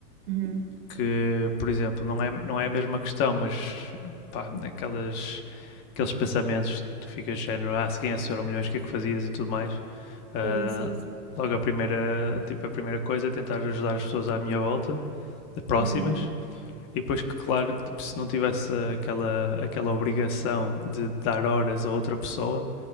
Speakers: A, on the right; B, on the left.
A: Uhum.
B: que, por exemplo, não é, não é a mesma questão, mas pá, naquelas, aqueles pensamentos tu ficas de género, ah, se ganhasse milhões, o que é que fazias e tudo mais. Ah,
A: Sim, sim, sim.
B: logo a primeira, tipo, a primeira coisa é tentar ajudar as pessoas à minha volta, próximas,
A: Uhum,
B: E depois, que, claro, tipo, se não tivesse aquela, aquela obrigação de dar horas a outra pessoa,